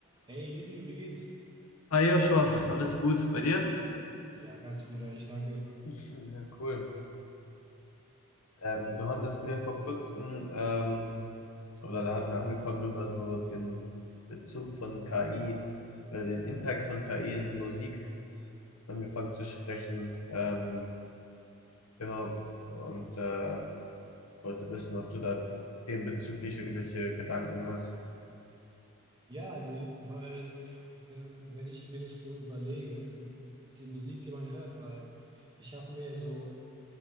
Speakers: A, on the right; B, on the left.
A: Hey Livio, wie geht's?
B: Hi Joshua, alles gut bei dir?
A: Ja, ganz gut eigentlich, danke.
B: Ja, cool. Ähm, du hattest mir vor kurzem, ähm, oder da hatten wir angefangen, über so den Bezug von KI oder den Impact von KI in Musik angefangen zu sprechen. Ähm, genau. Und äh, wollte wissen, ob du da dem bezüglich irgendwelche Gedanken hast.
A: Ja, also, weil, wenn, wenn ich mir das so überlege, m- die Musik, die man hört, weil ich habe mir so